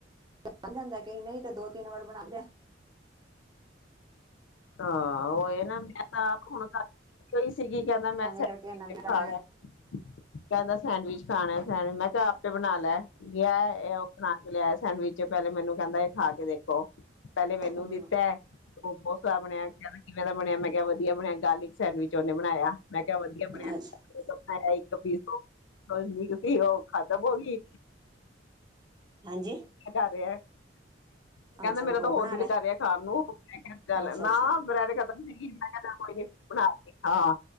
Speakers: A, on the right; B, on the left.
A: ਬਣ ਜਾਂਦਾ, ਕ ਨਹੀਂ, ਤਾਂ ਦੋ ਤਿੰਨ ਵਾਰ ਬਣਾ ਦਿਆ
B: ਹਾਂ, ਉਹ ਇਹ ਨਾ, ਮੈਂ ਤਾਂ ਆਪ ਹੁਣ ਘਰ ਕੋਹੀ ਸੀਗੀ, ਕਹਿੰਦਾ ਮੈਂ ਸ
A: ਕਰਕੇ ਨਵੀਂ
B: ਖਾਣਾ <unintelligible> ਕਹਿੰਦਾ ਸੈਂਡਵਿਚ ਖਾਣਾ ਸੈਂਡਵਿਚ, ਮੈਂ ਕਿਹਾ ਆਪੇ ਬਣਾ ਲੈ ਗਿਆ ਉਹ ਬਣਾ ਲਿਆ ਸੈਂਡਵਿਚ ਪਹਿਲੇ ਮੈਨੂੰ ਕਹਿੰਦਾ ਇਹ ਖਾ ਕੇ ਦੇਖੋ, ਪਹਿਲੇ ਮੈਨੂੰ
A: ਹਮ
B: ਦਿੱਤਾ ਹੈ ਉਹ ਬਹੁਤ ਸਵਾਦ ਬਣਿਆ। ਕਿਵੇਂ ਦਾ ਬਣਿਆ ਮੈਂ ਕਿਹਾ ਵਧੀਆ ਬਣਿਆ, ਗਾਰਲਿਕ ਸੈਂਡਵਿਚ ਉਹਨੇ ਬਣਾਇਆ, ਮੈਂ ਕਿਹਾ ਵਧੀਆ ਬਣਿਆ।
A: ਅੱਛਾ
B: ਮੈਂ ਇੱਕ ਪੀਸੀ, ਉਹ ਖਤਮ ਹੋ ਗਈ
A: ਹਾਂਜੀ
B: ਜਾ ਰਿਹਾ <inaudible> ਕਹਿੰਦਾ,
A: ਅੱਛਾ
B: ਮੇਰਾ
A: ਹੁਣ
B: ਤਾਂ ਹੋਰ
A: ਬਣਾ
B: ਦਿਲ ਕਰ ਰਿਹਾ ਖਾਣ ਨੂੰ ਚੱਲ
A: ਅੱਛਾ
B: ਨਾ,
A: ਅੱਛਾ
B: ਬ੍ਰੈਡ ਖਤਮ ਹੋਗੀ ਸੀ, ਮੈਂ ਕਿਹਾ ਨੀ ਬਣਾ ਲੀ। <unintelligible> ਹਾਂ,